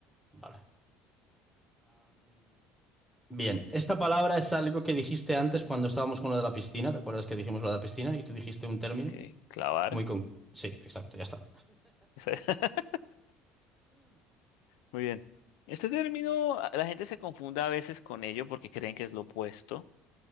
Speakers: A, in the centre; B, on the left (about 85°).
A: Vale. Bien, esta palabra es algo que dijiste antes cuando estábamos con lo de la piscina. ¿Te acuerdas que dijimos lo de la piscina y tú dijiste un término
B: Ok, clavar.
A: muy con... Sí, exacto, ya está.
B: Esa- <laughs> Muy bien. Este término, a- la gente se confunda a veces con ello porque creen que es lo opuesto,